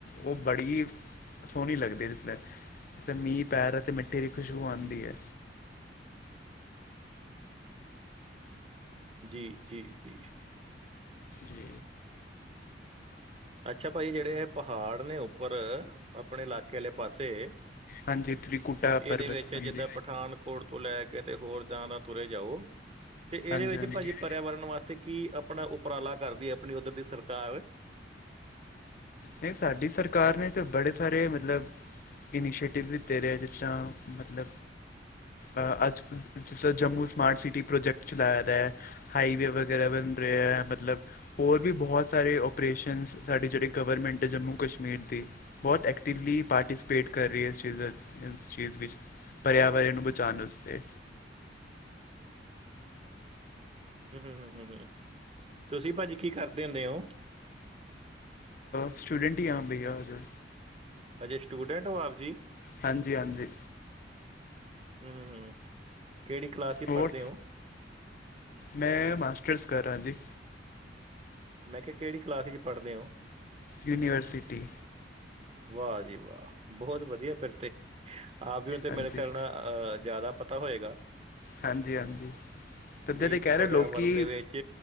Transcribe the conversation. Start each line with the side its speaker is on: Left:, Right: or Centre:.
Left: ਉਹ ਬੜੀ ਸੋਹਣੀ ਲੱਗਦੀ ਜਿਸ ਅਤੇ ਮੀਂਹ ਪੈ ਰਹਿਆ ਤੇ ਮਿੱਠੇ ਦੀ ਖੁਸ਼ਬੂ ਆਉਂਦੀ ਏ।
Right: ਜੀ ਜੀ ਜੀ।
Left: ਜੀ
Right: ਅੱਛਾ। ਭਾਜੀ ਜਿਹੜੇ ਪਹਾੜ ਨੇ ਉੱਪਰ, ਆਪਣੇ ਇਲਾਕੇ ਵਾਲਲੇ ਪਾਸੇ
Left: ਹਾਂਜੀ ਤ੍ਰਿਕੁਟਾ
Right: ਇਹਦੇ
Left: ਪਰਬਤ
Right: ਵਿੱਚ ਜਿੱਦਾਂ
Left: ਹਾਂਜੀ।
Right: ਪਠਾਨਕੋਟ ਤੋਂ ਲੈ ਕੇ ਤੇ ਹੋਰਦ ਦਾ ਤੁਰੇ ਜਾਓ ਤੇ ਇਹਦੇ
Left: ਹਾਂਜੀ
Right: ਵਿੱਚ
Left: ਹਾਂਜੀ
Right: ਭਾਜੀ। ਪਰਿਆਵਰਨ ਵਾਸਤੇ ਕੀ ਆਪਣਾ ਉਪਰਾਲਾ ਕਰਦੀ ਹੈ, ਆਪਣੀ ਉੱਧਰ ਦੀ ਸਰਕਾਰ।?
Left: ਨਹੀਂ ਸਾਡੀ ਸਰਕਾਰ ਨੇ ਤੇ ਬੜੇ ਸਾਰੇ ਮਤਲਬ ਇਨੀਸ਼ੀਏਟਿਵ ਦੇ ਰਹੇ ਜਿਸ ਤਰ੍ਹਾਂ। ਮਤਲਬ ਅਹ ਅੱਜ ਕੁ ਜਿਵੇ ਜੰਮੂ ਸਮਾਰਟ ਸਿਟੀ ਪ੍ਰੋਜੈਕਟ ਚਲਾਏ ਪੇਏ। ਹਾਈਵੇ ਵਗੈਰਾ ਬਣ ਰਿਹਾ ਹੈ। ਮਤਲਬ ਹੋਰ ਵੀ ਬਹੁਤ ਸਾਰੇ ਓਪਰੇਸ਼ਨ ਸਾਡੇ ਜਿਹੜੇ ਗਵਰਮੈਂਟ ਜੰਮੂ ਕਸ਼ਮੀਰ ਦੀ, ਬਹੁਤ ਐਕਟਿਵਲੀ ਪਾਰਟੀਸਪੇਟ ਕਰ ਰਹੀ ਹੈ ਇਸ ਚੀਜ਼ ਇਸ ਚੀਜ਼ ਵਿੱਚ ਪਰਿਆਵਰਨ ਨੂੰ ਬਚਾਉਣ ਵਾਸਤੇ।
Right: ਹੂੰ ਹੂੰ ਹੂੰ ਹੂੰ। ਤੁਸੀਂ ਭਾਜੀ ਕੀ ਕਰਦੇ ਹੁੰਦੇ ਹੋ?
Left: ਸਟੂਡੈਂਟ ਹੀ ਹ ਭਈਆ ਹਾਜੇ।
Right: ਹਜੇ ਸਟੂਡੈਂਟ ਹੋ ਆਪ ਜੀ
Left: ਹਾਂਜੀ ਹਾਂਜੀ।
Right: ਹੂੰ ਹੂੰ, ਕਿਹੜੀ ਕਲਾਸ ਹੀ
Left: ਹੋਰ
Right: ਪੜ੍ਹਦੇ ਓ?
Left: ਮੈਂ ਮਾਸਟਰਸ ਕਰ ਰਿਹਾ ਜੀ।
Right: ਮੈਂ ਕਿਹਾ ਕਿਹੜੀ ਕਲਾਸ ਵਿੱਚ ਪੜ੍ਹਦੇ ਓ।
Left: ਯੂਨੀਵਰਸਿਟੀ
Right: ਵਾਹ ਜੀ ਵਾਹ ਬਹੁਤ ਵਧੀਆ ਫਿਰ ਤੇ, ਆਪ ਜੀ ਨੂੰ ਤੇ
Left: ਹਾਂਜੀ
Right: ਮੇਰੇ ਖਿਆਲ ਨਾਲ ਅਹ ਜ਼ਿਆਦਾ ਪਤਾ ਹੋਏਗਾ।
Left: ਹਾਂਜੀ ਹਾਂਜੀ। ਤੱਧੇ
Right: ਜੀ
Left: ਤੇ ਕਹਿ
Right: ਪਰਿਆਵਰਨ
Left: ਰਹੇ ਲੋਕੀ
Right: ਦੇ ਵਿੱਚ